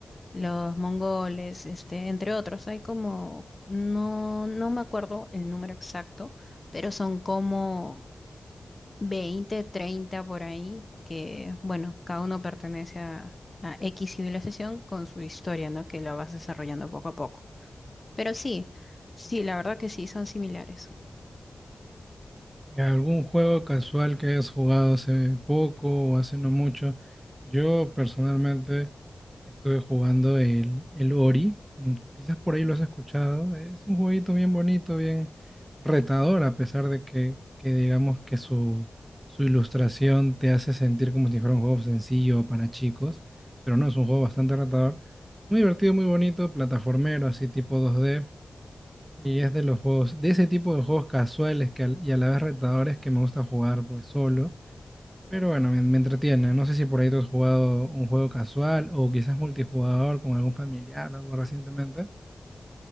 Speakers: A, on the left (about 30°); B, on the right (about 15°).
A: los mongoles, este, entre otros. Hay como, no, no me acuerdo el número exacto, pero son como 20, 30 por ahí, que bueno, cada uno pertenece a, a X civilización con su historia, ¿no? Que la vas desarrollando poco a poco. Pero sí, sí, la verdad que sí, son similares.
B: Y algún juego casual que hayas jugado hace poco o hace no mucho. Yo personalmente estuve jugando el, el Ori. Mm, Quizás por ahí lo has escuchado. Es un jueguito bien bonito, bien retador, a pesar de que, que digamos que su, su ilustración te hace sentir como si fuera un juego sencillo para chicos. Pero no, es un juego bastante retador. Muy divertido, muy bonito, plataformero, así tipo dos d y es de los juegos, de ese tipo de juegos casuales que al- y a la vez retadores que me gusta jugar pues solo. Pero bueno, me, me entretiene. No sé si por ahí tú has jugado un juego casual o quizás multijugador con algún familiar o algo recientemente.